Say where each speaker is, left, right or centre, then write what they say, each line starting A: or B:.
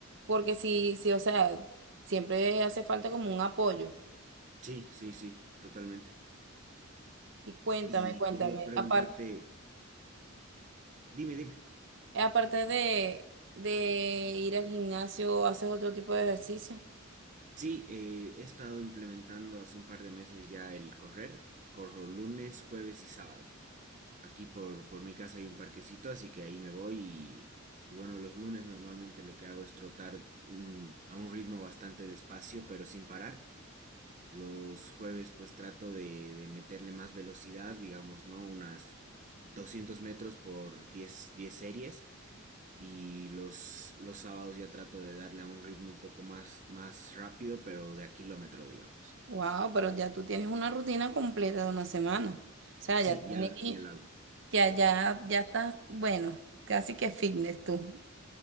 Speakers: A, on the right; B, on the right.
A: Porque sí, sí, o sea, siempre hace falta como un apoyo.
B: Sí, sí, sí, totalmente.
A: Y cuéntame,
B: Y
A: cuéntame,
B: quería preguntarte,
A: aparte,
B: dime, dime.
A: aparte de, de ir al gimnasio, ¿haces otro tipo de ejercicio?
B: Sí, eh, he estado implementando hace un par de meses ya el correr. Corro lunes, jueves y sábado. Aquí por, por mi casa hay un parquecito, así que ahí me voy y, y bueno, los lunes normalmente lo que hago es trotar un- a un ritmo bastante despacio, pero sin parar. Los jueves pues trato de, de meterle más velocidad, digamos, ¿no? Unas 200 metros por diez diez series y los, los sábados ya trato de darle a un ritmo un poco más, más rápido, pero de a kilómetro, digamos.
A: Wow, pero ya tú tienes una rutina completa de una semana. O sea,
B: Sí,
A: ya tienes,
B: ya la, ya la hago.
A: ya, ya, ya estás, bueno, casi que fitness tú.